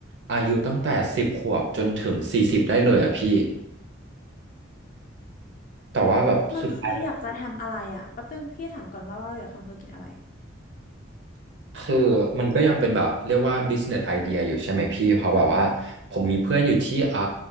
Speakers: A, on the right; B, on the left.
A: อายุตั้งแต่สิบขวบจนถึงสี่สิบได้เลยอ่ะพี่แต่ว่าแบบสุดท้าย
B: มันคืออยากจะทำอะไรอะแป๊บนึงพี่ถามก่อนว่าเราอยากทำธุรกิจอะไร
A: คือมันก็ยังเป็นแบบเรียกว่า business idea อยู่ใช่ไหมพี่เพราะแบบว่าผมมีเพื่อนอยู่ที่อ่า